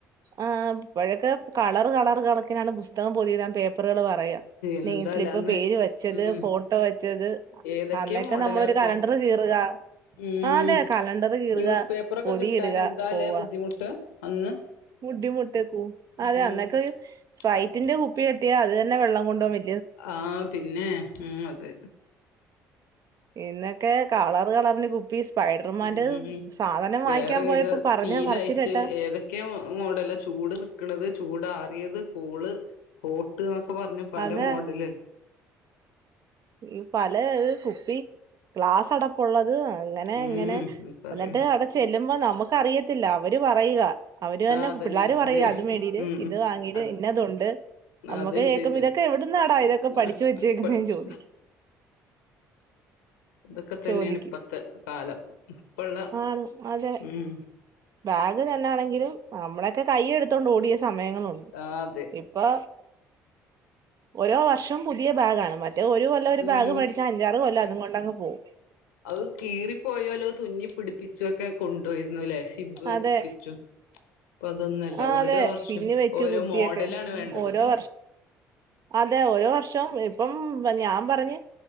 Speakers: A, on the right; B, on the left.
A: ആഹ് ഇപ്പഴൊക്കെ കളർ കളർ കണക്കിനാണ് പുസ്തകം പോതിഇടാൻ പേപ്പറുകൾ <unintelligible>
B: എന്താല്ലേ
A: നഴ്സ്ലിപ്
B: അന്ന്
A: പേര് വെച്ചത്
B: ഉം
A: ഫോട്ടോ വെച്ചത്
B: ഏതൊക്കെ
A: അന്നോക്കെ
B: മോഡലാ
A: നമ്മളൊരു
B: ഇപ്പൊ
A: കലണ്ടർ കീറുക
B: ഉം
A: ആ അതെ കലണ്ടർ കീറുക
B: ന്യൂസ് പേപ്പറൊക്കെ
A: പൊതി
B: കിട്ടാൻ
A: ഇടുക
B: എന്താല്ലേ
A: പോവ
B: ബുദ്ധിമുട്ട് അന്ന്
A: ബുദ്ധിമുട്ട്
B: ഉം
A: അതെ അന്നൊക്കെ ഒരു ഫ്പൈറ്റിന്റെ
B: കാല
A: കുപ്പി കിട്ടിയാൽ അത് തന്നെ വെള്ളം കൊണ്ട് പോകാ
B: ആഹ് പിന്നെ ഉം അതെ
A: ഇന്നൊക്കെ കളർ കളറിന് കുപ്പീസ് <unintelligible>
B: ഉം വേറെ
A: പോയപ്പോ
B: വിതം സ്റ്റീലായിട്ട്
A: പറഞ്ഞ പറച്ചില് കേട്ടാ
B: ഏതൊക്കെ മോഡല ചൂട് നിക്ക- <unintelligible> ചൂടാറിയത് കൂള് ഹോട്ട് എന്നൊക്കെ പറഞ്ഞു പല
A: അതെ
B: മോഡല
A: ഈ പല കുപ്പി ഗ്ലാസ് അടപ്പ ഉള്ളത് അങ്ങനെ
B: ഉം
A: ഇങ്ങനെ
B: പറയാ
A: എന്നിട്ട് അവിടെ ചെല്ലുമ്പോ നമുക്ക് അറിയത്തില്ല അവര് പറയുക അവര് തന്നെ
B: ആ അതന്നെ
A: പിള്ളാര് പറയ
B: ഇതേ
A: അത് മേടിട്ട്
B: ഉം
A: ഇത്
B: ഉം
A: വാങ്ങീത്
B: അത്
A: ഇന്നതുണ്ട് നമ്മുക്ക്
B: അതുണ്ട്
A: കേൾക്കോ
B: ഇത്
A: ഇതൊക്കെ എവിടുന്ന് ആടാ ഇതൊക്കെ പഠിച്ച്
B: ആ
A: വെച്ചേക്കുന്നേ
B: പഠിച്ച
A: ചോദിക്കും
B: ഇതൊക്കെ തന്നെയാണ്
A: ചോദിക്കും
B: ഇപ്പത്തെ കാലം ഇപ്പള്ള
A: ആണ് അതെ
B: ഉം
A: ബാഗ് തന്നെ ആണെങ്കിലും നമ്മളൊക്കെ കയ്യ എടുത്തോണ്ട് ഓടിയ സമയങ്ങളുണ്ട്
B: ആഹ് അതെ
A: ഇപ്പൊ ഓരോ വർഷം പുതിയ ബാഗ് ആണ് മറ്റ റ്റെ ഒരു കൊല്ലം ഒരു
B: ഉം
A: ബാഗ് മേടിച്ചാ അഞ്ചാറ് കൊല്ലം അത് കൊണ്ട് അങ് പോവും.
B: അഹ് കീറിപ്പോയാലോ തുന്നി പിടിപ്പിച്ചുവക്കെ കൊണ്ടോയിരുന്നുലേ? ഇബ് വെപ്പിച്ചും
A: അതെ
B: പ്പ അതൊന്നല്ല
A: ആ
B: ഓരോ
A: അതെ
B: വർഷം
A: പിന്നി വെച്ച്
B: ഓരോ
A: കുത്തിയൊക്കെ
B: മോഡലാണ് വേണ്ടത്
A: ഓരോ
B: പ്പൊ.
A: വർഷം അതെ ഓരോ വർഷം ഇപ്പം ഞാൻ പറഞ്ഞ്